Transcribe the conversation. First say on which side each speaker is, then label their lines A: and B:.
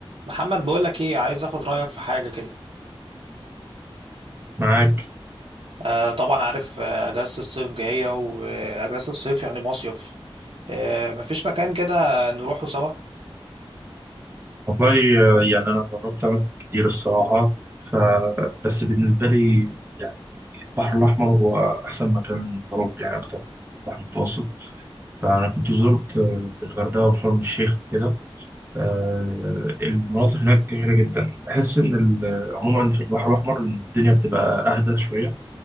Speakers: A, on the right (about 65°); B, on the right (about 25°).
A: محمد بقول لك ايه عايز اخد رايك في حاجه كده
B: معاك
A: آه طبعا عارف آه، اجازه الصيف جايه واجازه الصيف يعني مصيف آه مفيش مكان كده نروحه سوا
B: والله آه، يعني أنا جربت أماكن كتير الصراحة ف... بس بالنسبة لي يعني البحر الأحمر هو أحسن مكان بروح يعني أكتر بحر متوسط فأنا كنت زرت آه، الغردقة وشرم الشيخ وكده آه، المناطق هناك جميلة جدا بحس إن ال- عموما في البحر الأحمر إن الدنيا بتبقى أهدى شوية